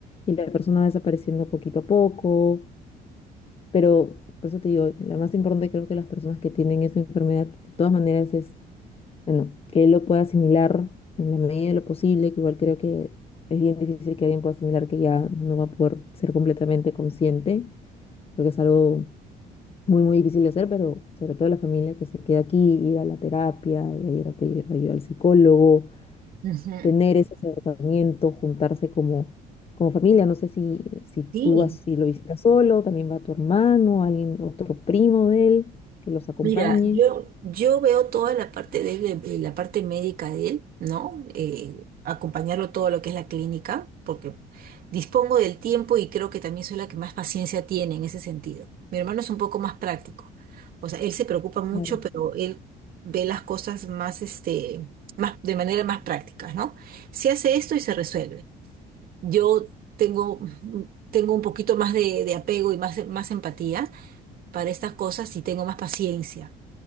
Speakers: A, on the left; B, on the right.
A: y la persona va desapareciendo poquito a poco. Pero por eso te digo, lo más importante creo que las personas que tienen esa enfermedad, de todas maneras, es, bueno, que él lo pueda asimilar en la medida de lo posible, que igual creo que es bien difícil que alguien pueda asimilar que ya no va a poder ser completamente consciente. Creo que es algo muy, muy difícil de hacer, pero sobre todo la familia que se queda aquí, ir a la terapia, y a ir a pedir ayuda al psicólogo,
B: Ujú.
A: tener ese acercamiento, juntarse como, como familia. No sé si, si tú
B: Sí,
A: vas y lo visitas solo, también va tu hermano, alguien, otro primo de él que los acompañe.
B: mira, yo, yo veo toda la parte de él, de- de la parte médica de él, ¿no? Eh, acompañarlo todo lo que es la clínica, porque dispongo del tiempo y creo que también soy la que más paciencia tiene en ese sentido. Mi hermano es un poco más práctico. O sea, él se preocupa mucho,
A: Claro.
B: pero él ve las cosas más, este, más, de manera más práctica, ¿no? Se hace esto y se resuelve. Yo tengo, tengo un poquito más de, de apego y más, más empatía para estas cosas sí tengo más paciencia,